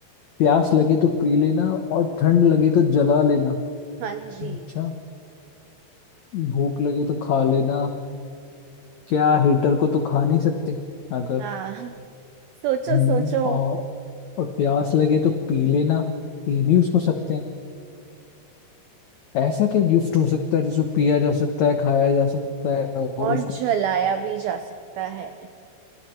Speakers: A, on the left; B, on the right.
A: प्यास लगे तो पी लेना और ठंड लगे तो जला लेना
B: हाँ जी
A: अच्छा भूख लगे तो खा लेना क्या हीटर को तो खा नहीं सकते अगर
B: हाँ सोचो
A: हम्म
B: सोचो
A: और और प्यास लगे तो पी लेना पी भी उसको सकते हैं ऐसा क्या गिफ्ट हो सकता है जिसको पिया जा सकता है खाया जा सकता है और
B: और
A: उसको
B: जलाया भी जा सकता है